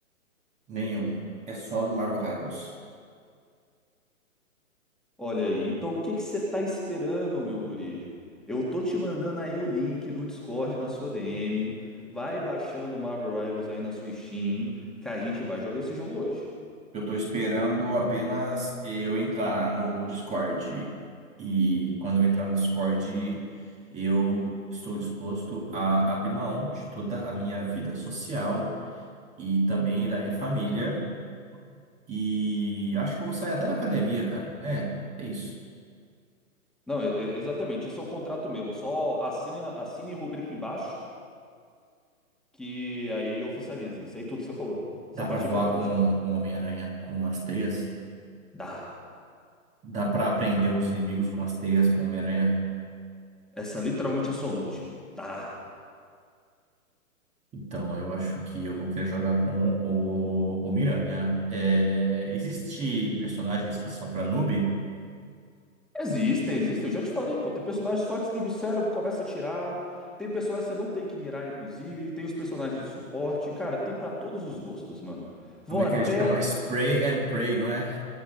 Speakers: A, on the right (about 15°); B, in the centre.
A: Nenhum. É só do Marvel Rivals.
B: Olha aí, então o que que você tá esperando, meu guri? Eu tô te mandando aí o link do Discord na sua DM. Vai baixando o Marvel Rivals aí na sua Steam, que a gente vai jogar esse jogo hoje.
A: Eu tô esperando apenas eu entrar no Discord. E quando eu entrar no Discord, eu estou disposto a abrir mão de toda a minha vida social e também da minha família. E acho que eu vou sair até da academia, cara. É, é isso.
B: Não, e- e- exatamente. Isso é o contrato mesmo. Só assina, assina e rubrica embaixo, que aí oficializa. Isso aí tudo que você falou. Essa
A: Dá
B: parte
A: pra voar
B: é importante.
A: com o Homem-Aranha com as teias?
B: Dá.
A: Dá pra prender os inimigos com as teias com o Homem-Aranha?
B: Essa é literalmente a sua ult. Dá.
A: Então, eu acho que eu vou querer jogar com o, o Miranha. É, existe personagens que são para noob?
B: Existem, existem. Eu já te falei, pô. Tem personagem que só desliga o cérebro, começa a tirar. Tem personagem que você não tem que mirar, inclusive. Tem os personagens de suporte. Cara, tem pra todos os gostos, mano. Vou
A: Como é
B: até
A: que eles chamam? Spray and Pray, não é?